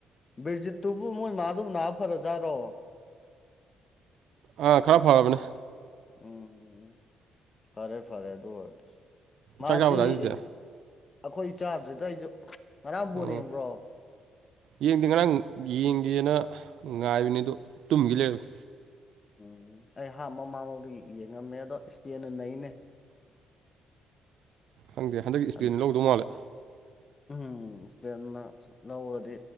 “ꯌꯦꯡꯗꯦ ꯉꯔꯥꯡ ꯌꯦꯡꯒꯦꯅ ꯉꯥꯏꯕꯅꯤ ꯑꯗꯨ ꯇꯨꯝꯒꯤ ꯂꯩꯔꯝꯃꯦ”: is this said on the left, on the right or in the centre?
Right